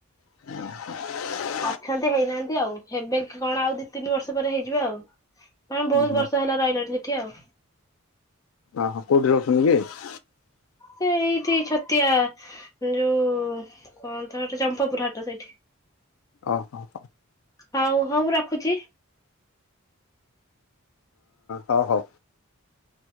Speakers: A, on the left (about 75°); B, on the left (about 15°).
A: <inaudible>
B: ଅଛନ୍ତି ହେଇନାହାନ୍ତି ଆଉ। ହେବେ କି କଣ ଆଉ ଦି ତିନି ବର୍ଷ ପରେ ହେଇଯିବ ଆଉ। ହଁ
A: ଆଉ।
B: ବହୁତ ବର୍ଷ ହେଲା ରହିଲାଣି ସେଠି ଆଉ।
A: ଓହୋ। କୋଉଠି ରହୁଛନ୍ତି କି?
B: ସେ ଏଇଠି ଛତିଆ। ଯୋଉ କହନ୍ତ ହେଟା ଚମ୍ପପୁର ହାଟ ସେଇଠି।
A: ଅ ହ ହ।
B: ହଉ ହଉ ମୁଁ ରଖୁଚି।
A: ହଁ ହ ହଉ।